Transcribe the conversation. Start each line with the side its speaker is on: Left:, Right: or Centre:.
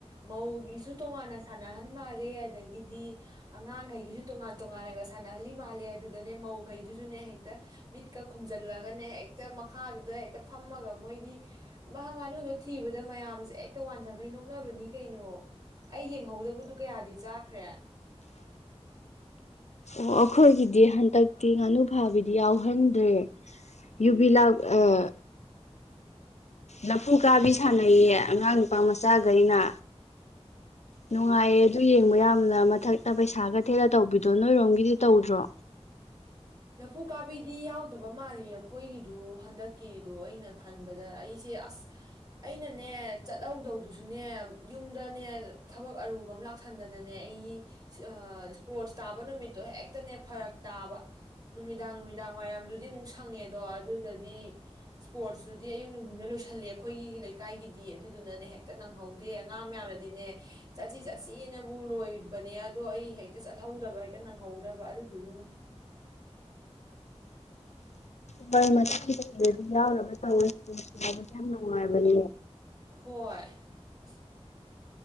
Right: ꯃꯧꯒꯤꯁꯨ ꯇꯣꯉꯥꯟꯅ ꯁꯥꯟꯅꯍꯟ ꯃꯥꯜꯂꯦ ꯑꯗꯒꯤꯗꯤ ꯑꯉꯥꯡꯈꯩꯒꯤꯁꯨ ꯇꯣꯉꯥꯟ ꯇꯣꯉꯥꯟꯅꯒ ꯁꯥꯟꯅꯍꯜꯂꯤ ꯃꯥꯜꯂꯦ ꯑꯗꯨꯗꯅꯦ ꯃꯧꯈꯩꯗꯨꯁꯨꯅꯦ ꯍꯦ ꯍꯦꯛꯇ ꯃꯤꯠꯀ ꯈꯨꯝꯖꯜꯂꯒꯅꯦ ꯍꯦꯛꯇ ꯃꯈꯥꯗꯨꯗ ꯍꯦꯛꯇ ꯐꯝꯃꯒ ꯃꯣꯏꯗꯤ ꯋꯥ ꯉꯥꯅꯨꯗꯣ ꯊꯤꯕꯗ ꯃꯌꯥꯝꯁꯦ ꯍꯦꯛꯇ ꯋꯥꯟꯊꯈꯩ ꯅꯣꯛꯅꯕꯅꯤ ꯀꯩꯅꯣ ꯑꯩ ꯌꯦꯡꯍꯧꯗꯕꯗꯨ ꯀꯌꯥꯗꯤ ꯆꯥꯈ꯭ꯔꯦ꯫
Left: ꯑꯣ ꯑꯩꯈꯣꯏꯒꯤꯗꯤ ꯍꯟꯗꯛꯇꯤ ꯉꯥꯅꯨ ꯐꯥꯕꯤꯗꯤ ꯌꯥꯎꯍꯟꯗ꯭ꯔꯦ ꯌꯨꯕꯤ ꯂꯥꯛ ꯑꯥ ꯂꯐꯨ ꯀꯥꯕꯤ ꯁꯥꯟꯅꯩꯌꯦ ꯑꯉꯥꯡ ꯅꯨꯄꯥ ꯃꯆꯥꯈꯒꯩꯅ ꯅꯨꯡꯉꯥꯏꯌꯦ ꯑꯗꯨ ꯌꯦꯡꯕ ꯌꯥꯝꯅ ꯃꯊꯛꯇ ꯄꯩꯁꯥꯒ ꯊꯦꯜꯂ ꯇꯧꯕꯤꯗꯣ ꯅꯣꯏꯔꯣꯝꯒꯤꯗꯤ ꯇꯧꯗ꯭ꯔꯣ꯫
Right: ꯂꯐꯨ ꯀꯥꯕꯤꯗꯤ ꯌꯥꯎꯗꯕ ꯃꯥꯜꯂꯤ ꯑꯩꯈꯣꯏꯒꯤꯗꯨ ꯍꯟꯗꯛꯀꯤꯗꯣ ꯑꯩꯅ ꯈꯟꯕꯗ ꯑꯩꯁꯦ ꯑꯁ ꯑꯩꯅꯅꯦ ꯆꯠꯍꯧꯗꯧꯗꯨꯁꯨꯅꯦ ꯌꯨꯝꯗꯅꯦ ꯊꯕꯛ ꯑꯔꯨꯕ ꯑꯃ ꯂꯥꯛꯁꯟꯗꯅꯅꯦ ꯑꯩꯒꯤ ꯑꯥ ꯢꯁꯄꯣꯔꯠ ꯇꯥꯕꯅꯃꯤꯠꯇꯣ ꯍꯦꯛꯇꯅꯦ ꯐꯔꯛ ꯇꯥꯕ ꯅꯨꯃꯤꯗꯥꯡ ꯅꯨꯃꯤꯗꯥꯡ ꯋꯥꯏꯔꯝꯗꯨꯗꯤ ꯑꯃꯨꯛ ꯁ ꯐꯪꯉꯦꯗꯣ ꯑꯗꯨꯗꯗꯤ ꯏꯁꯄꯣꯔꯠꯁꯇꯨꯗꯤ ꯑꯌꯨꯛ ꯅꯨꯡꯊꯤꯟꯗ ꯂꯣꯏꯁꯜꯂꯦ ꯑꯩꯈꯣꯏꯒꯤ ꯂꯩꯀꯥꯏꯒꯤꯗꯤ ꯑꯗꯨꯗꯨꯅꯅꯦ ꯍꯦꯛ ꯍꯦꯛꯇ ꯅꯪꯍꯧꯗꯦ ꯑꯉꯥꯡ ꯃꯌꯥꯝꯅꯗꯤꯅꯦ ꯆꯠꯁꯤ ꯆꯠꯁꯤꯅꯕꯨ ꯂꯣꯏꯕꯅꯦ ꯑꯗꯣ ꯑꯩ ꯍꯦꯛꯇ ꯆꯠꯍꯧꯗꯕ ꯍꯦꯛꯇ ꯅꯪꯍꯧꯗꯕ ꯑꯗꯨꯗꯨꯒꯤꯅꯦ
Left: ꯍꯣꯏ ꯃ ꯀꯗꯗꯤ ꯌꯥꯎꯒ ꯇꯧꯔꯁꯨ ꯌꯥꯎꯕꯁꯦ ꯌꯥꯝ ꯅꯨꯡꯉꯥꯏꯕꯅꯦ
Right: ꯍꯣꯏ ꯍꯣꯏ ꯑꯁ